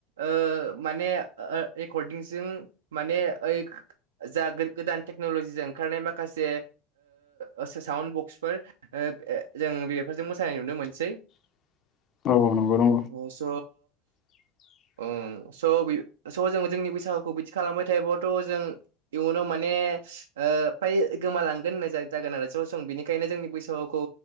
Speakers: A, on the right; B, on the left.
A: ओ माने रेकर्डिंजों माने ओइ जा गोदान टेक्न'लजिजों ओंखारनाय माखासे ओ साउम बक्सफोर ओ जों बेफोरजों मोसानाय नुनो मोनसै।
B: <inaudible> नंगौ
A: अ स'
B: <inaudible>
A: उम स' स' जो जोंनि बैसागुखौ बिदि खालामबाय थायोब्लाथ' जों इयुनाव माने ओ फ्राय गोमालांगोन जा-जागोन आरो बिनिखायनो जोंनि बैसोखौ